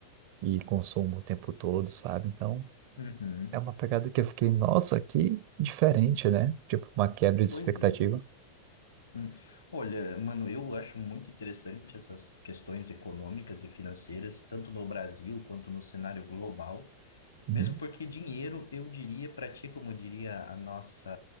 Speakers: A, on the right; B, on the left.
A: e consumo o tempo todo, sabe? Então,
B: Uhum,
A: é uma pegada que eu fiquei, nossa, que diferente, né? Tipo, uma quebra de
B: Pois
A: expectativa.
B: é. Hum. Olha, mano, eu acho muito interessante essas questões econômicas e financeiras, tanto no Brasil quanto no cenário global. Mesmo
A: Uhum.
B: porque dinheiro, eu diria para ti, como diria a nossa